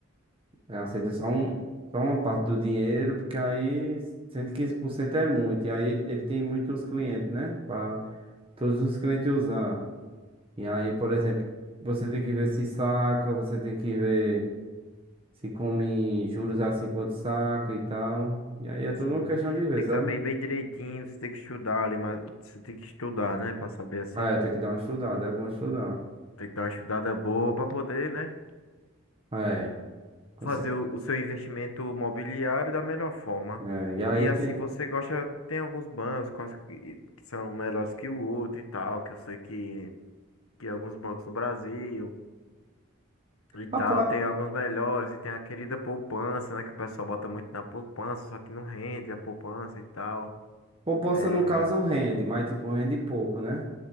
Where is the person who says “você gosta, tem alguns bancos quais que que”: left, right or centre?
Left